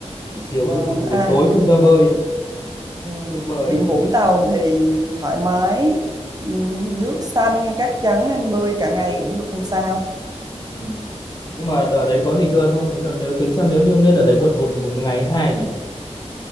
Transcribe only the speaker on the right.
Vâng.
À,
Ừ.
Biển Vũng Tàu thì thoải mái, ừ, nước xanh, cát trắng anh bơi cả ngày cũng được không sao.